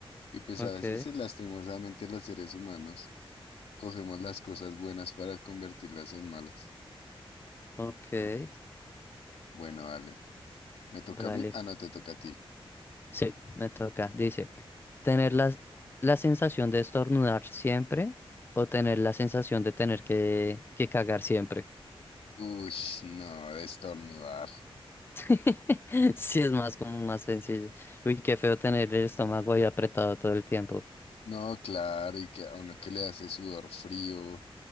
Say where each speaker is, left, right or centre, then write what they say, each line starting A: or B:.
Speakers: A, on the left (about 85°); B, on the left (about 25°).
A: Y pues
B: Ok,
A: a veces sí, lastimosamente los seres humanos cogemos las cosas buenas para convertirlas en malas.
B: ok,
A: Entonces, bueno, dale. ¿Me toca
B: dale.
A: a mí? Ah, no, te toca a ti.
B: Sí, me toca. Dice, tener la, la sensación de estornudar siempre o tener la sensación de tener que, que cagar siempre.
A: Uy, no, de estornudar.
B: <laughs> Sí, es más como más sencillo. Uy, qué feo tener el estómago ahí apretado todo el tiempo.
A: No, claro, y que a uno que le hace sudor frío,